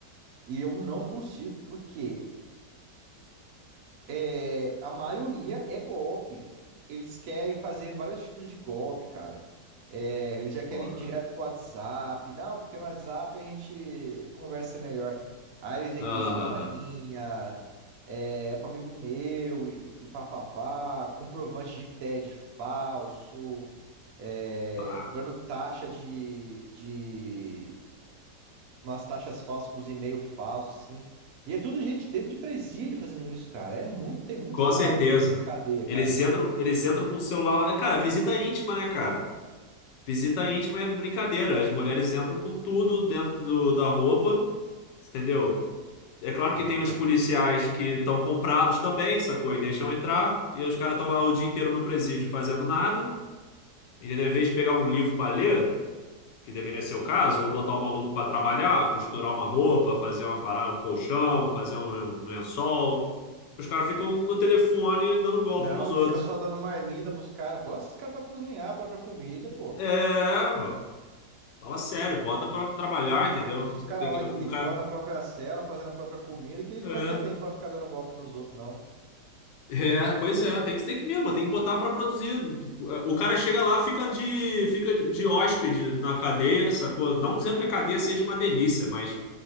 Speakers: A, on the right; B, on the left.
A: e eu não consigo, porque é, a maioria é golpe. Eles querem fazer vários tipos de golpe, cara. É, eles já querem
B: Foda.
A: ir direto pro WhatsApp. Não, porque no WhatsApp a gente conversa melhor. Aí eles vêm
B: Aham,
A: com historinha, é, é pro amigo meu e, e papapá, comprovante de TED falso. é,
B: pá.
A: cobrando taxa de, de umas taxas falsas com os e-mails falsos, assim. E é tudo gente dentro de presídio fazendo isso, cara. É muito, tem muito
B: Com
A: celular
B: certeza.
A: dentro dessas cadeias,
B: Eles
A: cara.
B: entram, eles entram com o celular. lá. Cara, visita íntima, né, cara? Visita íntima é brincadeira. As mulheres entram com tudo dentro do- da roupa, entendeu? É claro
A: Entra.
B: que tem os policiais que estão comprados também, sacou? E deixam entrar. E os caras estão lá o dia inteiro no presídio fazendo nada, entendeu? Em vez de pegar um livro para ler, que deveria ser o caso, ou botar o maluco para trabalhar, costurar uma roupa, fazer uma parada, um colchão, fazer um, um lençol. Os caras ficam no telefone dando golpe
A: Não,
B: nos
A: fica
B: outros.
A: só dando marmita pros caras, pô. Olha esses caras pra cozinhar a própria comida, pô.
B: É, pô. Fala sério, bota pra trabalhar, entendeu?
A: Deixa os caras
B: Eu tenho
A: lá limpando
B: que- O cara.
A: a própria cela, fazendo a própria comida, que eles
B: É.
A: não vai ter tempo pra ficar dando golpe nos outros, não.
B: É, pois é, tem que, tem que mesmo, tem que botar pra produzir. O cara chega lá, fica de, fica de hóspede na cadeia, sacou? Não dizendo que a cadeia seja uma delícia, mas